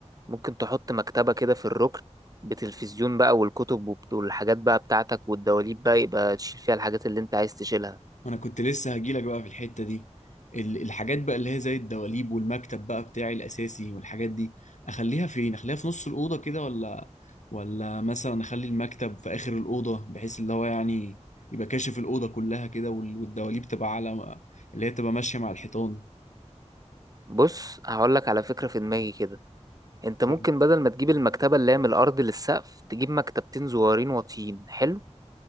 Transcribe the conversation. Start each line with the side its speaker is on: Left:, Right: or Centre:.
Right: ممكن تحط مكتبة كده في الركن بتلفزيون بقى والكتب وبت- والحاجات بقى بتاعتك والدواليب بقى يبقى تشيل فيها الحاجات اللي انت عايز تشيلها
Left: انا كنت لسه هجيلك بقى في الحتة دي ال- الحاجات بقى اللي هي زي الدواليب والمكتب بقى بتاعي الاساسي والحاجات دي اخليها فين اخليها في نص الأوضة كده ولا ولا مثلا اخلي المكتب في آخر الأوضة بحيث اللي هو يعني يبقى كاشف الأوضة كلها كده وال- والدواليب تبقى على اللي هي تبقى ماشية مع الحيطان
Right: بص هقولك على فكرة في دماغي كده انت ممكن
Left: قول.
Right: بدل ما تجيب المكتبة اللي هي من الأرض للسقف تجيب مكتبتين صغيرين واطيين حلو